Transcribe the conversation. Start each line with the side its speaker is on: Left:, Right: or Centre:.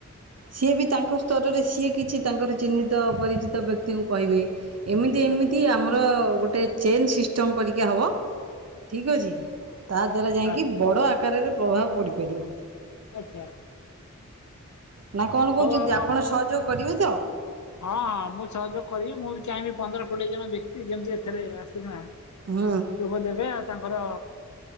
Right: ସିଏ ବି ତାଙ୍କ ସ୍ତରରେ ସିଏ କିଛି ତାଙ୍କର ଚିହ୍ନିତ ପରିଚିତ ବ୍ୟକ୍ତିଙ୍କୁ କହିବେ। ଏମିତି ଏମିତି
Left: ଆଚ୍ଛା
Right: ଆମର ଗୋଟେ ଚେନ୍ ସିଷ୍ଟମ୍ ପରିକା ହବ ଠିକ୍ ଅଛି। ତା ଦ୍ଵାରା ଯାଇକି
Left: ଆଚ୍ଛା
Right: ବଡ ଆକାରରେ ପ୍ରଭାବ ପଡ଼ିପାରିବ।
Left: ଆଚ୍ଛା।
Right: ନା କଣ କହୁଛନ୍ତି
Left: ହଉ ଆଉ
Right: ଆପଣ
Left: ଆମ
Right: ସହଯୋଗ କରିବେ ତ?
Left: ହଁ ହଁ ମୁଁ ସହଯୋଗ କରିବି ମୁଁ ଚାହିଁବି ପନ୍ଦର କୋଡ଼ିଏ ଜଣ ବ୍ୟକ୍ତି ଯେମିତି ଏଥିରେ ଆସି କିନା
Right: ହୁଁ
Left: ଯୋଗଦେବେ ଆ ତାଙ୍କୁ ଆମର